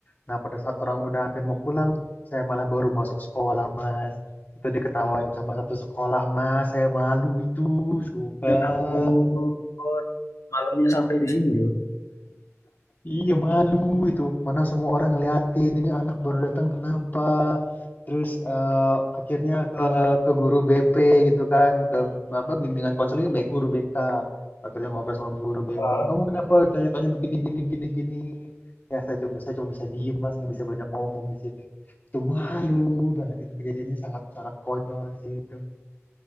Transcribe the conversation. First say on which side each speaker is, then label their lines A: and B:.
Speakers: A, on the left; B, on the left.
A: Nah pada saat orang udah hampir mau pulang, saya malah baru masuk sekolah mas. Itu diketawain sama satu sekolah mas, saya malu itu, sumpah.
B: Ya ampun. malunya sampai di sini loh.
A: Iya malu itu. Mana semua orang ngeliatin, ini anak baru datang kenapa? Terus eh, akhirnya ke ke guru BP gitu kan, ke apa bimbingan konseling baik guru BK. Akhirnya ngobrol sama guru BK.
B: oh,
A: Kamu kenapa tanya-tanya begini gini gini gini? Ya saya coba saya cuma bisa diem mas, nggak bisa banyak ngomong di situ. Itu malu banget itu kejadiannya sangat sangat konyol di situ.